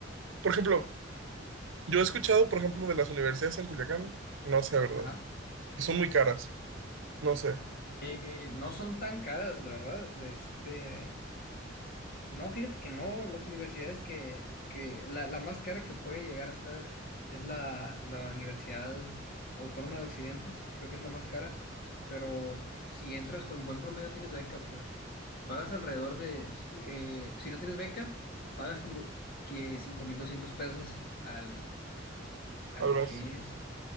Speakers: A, on the right; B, on the left.
A: Por ejemplo, yo he escuchado, por ejemplo, de las universidades en Culiacán, no sé, ¿verdad?
B: Ajá.
A: Y son muy caras, no sé,
B: Eh, no son tan caras, la verdad, de este... No, fíjate que no, las universidades que, que la, la más cara que puede llegar a estar es la, la Universidad Autónoma de Occidente, creo que es la más cara, pero si entras con buen promedio tienes beca, pues pagas alrededor de, s- eh, si no tienes beca, pagas como que 5.200 pesos al, al
A: al mes,
B: que es,